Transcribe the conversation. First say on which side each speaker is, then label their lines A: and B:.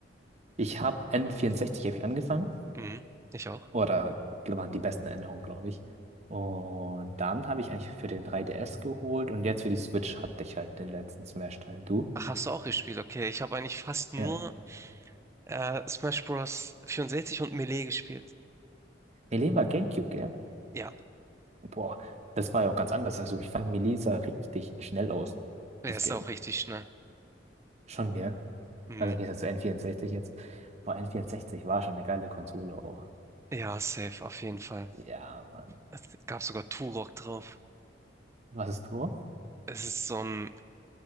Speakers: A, on the right (about 40°); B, on the right (about 15°).
A: Ich habe n vierundsechzig hab ich angefangen.
B: Mhm, ich auch.
A: Oder waren die besten Erinnerungen, glaube ich. Und dann habe ich eigentlich für den 3DS geholt und jetzt für die Switch hatte ich halt den letzten Smash-Teil. Du?
B: Ach, hast du auch gespielt? Okay, ich habe eigentlich fast nur
A: Ja.
B: äh, Smash Bros. 64 und Melee gespielt.
A: Melee war GameCube, gell?
B: Ja,
A: Boah, das war ja auch ganz anders. Also ich fand Melee sah richtig schnell aus,
B: er
A: das
B: ist
A: Game.
B: auch richtig schnell.
A: Schon, gell?
B: Mhm.
A: Also im Gegensatz zu N64 jetzt. Boah, N64 war schon eine geile Konsole auch.
B: Ja, safe, auf jeden Fall.
A: Ja, Mann.
B: Es gab sogar Turok drauf.
A: Was ist du?
B: Es ist so ein, ich